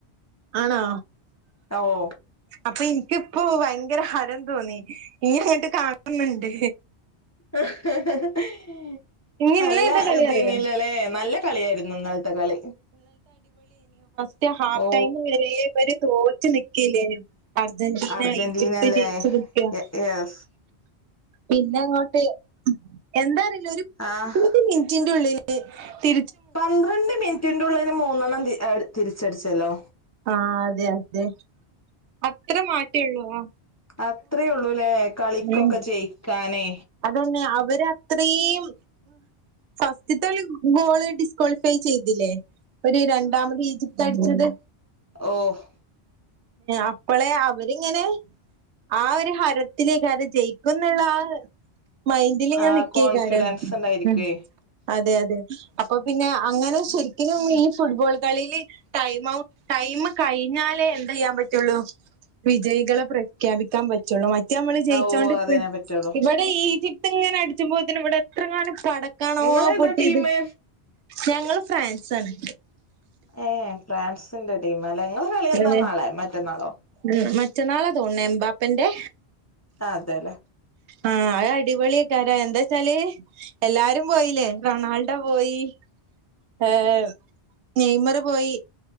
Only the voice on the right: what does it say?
ആണോ
അപ്പൊ എനിക്കിപ്പോ ഭയങ്കര ഹരം തോന്നി ഈ അങ്ങട്ട് കാണുന്നുണ്ട്
ഇനി
ഇന്ന് ഏതാ കളി
അറിയോ
മറ്റേ ഹാഫ്
ടൈമ് വരെ ഇവര് തോറ്റു നിക്കില്ലേനു അർജന്റീന
<unintelligible>
പിന്നെ അങ്ങോട്ട് എന്താ അറിയില്ല ഒരു
മിനിറ്റിന്നുള്ളില് തി
ആഹ് അതെ അതെ അത്ര <unintelligible> ആഹ്
ഉം
അതന്നെ അവര് അത്രയും ഫസ്റ്റ്ത്തളി ഗോള് ഡിസ്ക്വാളിഫൈ ചെയ്തില്ലേ ഒരു രണ്ടാമത് ഈജിപ്ത് അടിച്ചത്
അപ്പളെ അവരിങ്ങനെ ആ ഒരു ഹരത്തിലേക്ക് അത് ജയിക്ക എന്നുള്ള ആഹ് മൈന്ഡിലിങ്ങനെ
നിക്കേക്കാരം
ഉം അതെ അതെ അപ്പൊ പിന്നെ അങ്ങനെ ശരിക്കിനും ഈ ഫുഡ്ബോൾ കളിയില് ടൈം ഔട്ട് ടൈം കഴിഞ്ഞാലേ എന്ത് ചെയ്യാൻ പറ്റുള്ളൂ വിജയികളെ പ്രഖ്യാപിക്കാൻ പറ്റ മറ്റേ നമ്മള് ജയിച്ചോണ്ടിക്ക
ഇവിടെ ഈജിപ്തി ഇങ്ങനെ അടിച്ച്പോത്തെ ഇവിടെ എത്ര കാണും പടക്കാണോ
പൊട്ടിയത്
ഞങ്ങള് ഫ്രാൻസ് ആണ്
അതെ
ഉം മറ്റന്നാളെ തോന്നണേ എംബാപ്പന്റെ
ആഹ് അത് അടിപൊളിയൊക്കാരോ എന്താ വച്ചാല് എല്ലാരും പോയില്ലേ റൊണാൾഡോ പോയി ആഹ് നെയ്മറ് പോയി.